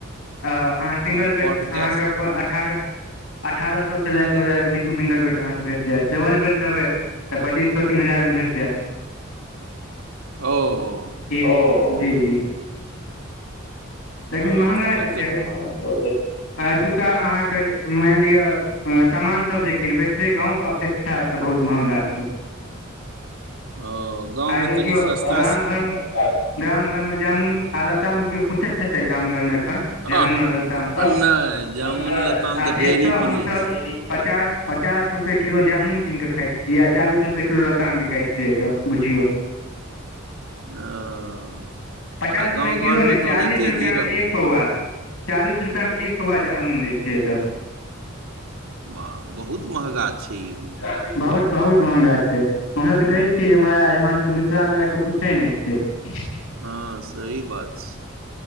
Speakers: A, on the left; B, on the right.
A: अऽ, आहाँ सिंगल
B: एफोर्ड
A: बेड आहाँ
B: कए
A: के
B: सकै
A: पऽ अठारह अठारह सौ से ले के, दु हजार के बीच मे सिंगल बेड आहाँ के भेट जेत, डबल बेड लेबै तऽ पच्चीस सौ तीन हजार मे भेट जेत।
B: ओऽ
A: ओ जी- जी लेकिन
B: हँ
A: महँगा
B: तब
A: तऽ छैय, एतुक का आहाँ के मेन लिय सामान सब जे किनबै, से गांव के अपेक्षा एतऽ बहुत महंगा छैय।
B: ओ गाँवमे
A: आय देखियौ
B: तनि सस्ता
A: गाँव घर में गाम घर मे जामुन आ लताम के पुछैत हेतै, गाम घर मे एखन
B: हँ
A: जामुन आ लताम सब
B: नहि जामुन
A: नय
B: लताम
A: आ
B: तऽ ढेरी
A: एतऽ
B: मिलै
A: हम सब
B: छै
A: पचास पचास रुपये किलो जामुन कीन कऽ खाय छिय, आ चालीस रुपये किलो लताम बिकाय से अत बुझियौ।
B: ओ
A: पचास
B: आ
A: रुपये
B: गाँव
A: किलो
B: घरमे
A: नेै,
B: तऽ
A: चालीस
B: ओनाहिते
A: रुपया
B: गिरल
A: मे एक पौआ, चालीस रुपया मे एक पौआ जामुन दैय छैय अत।
B: बा बहुत महँगा छै यौ।
A: बहुत -बहुत महँगा छै एम्हर जे कहै छियै जे महँगा छय, हमरा सबके मिथिला मे ऐकरा कियो पूछै ने छय।
B: हँ सही बात छैय,